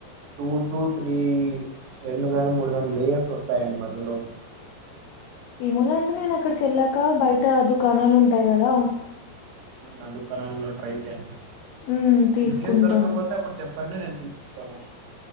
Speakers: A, on the right; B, on the left.
A: టూ టూ త్రీ రెండు గాని మూడు గాని లేయర్స్ వస్తాయండి మధ్యలో. <inaudible>
B: ఏమోలే అండి నేను అక్కడికి ఎళ్ళాకా బయటా దుకాణాలు ఉంటాయి గదా.
A: ఆ దుకాణాలలో ట్రై చేయండి.
B: హ్మ్ తీసుకుంటాను
A: ఇన్ కేస్ దొరక్కపోతే అప్పుడు చెప్ ప్పండి నేను తీపిస్తాను